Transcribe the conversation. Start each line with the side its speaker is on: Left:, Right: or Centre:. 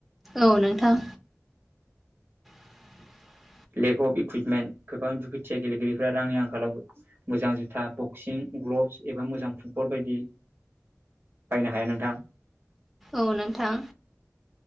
Centre: औ नोंथां <inaudible>
Right: लेक अफ इकुइपमेन्ट गोबां दुखुथिया गेलेगिरिफोरा रांनि आंखालावबो मोजां जुथा बक्सिं ग्लब्स एबा मोजां फुटबल बायदि बायनो हाया नोंथां
Centre: औ नोंथां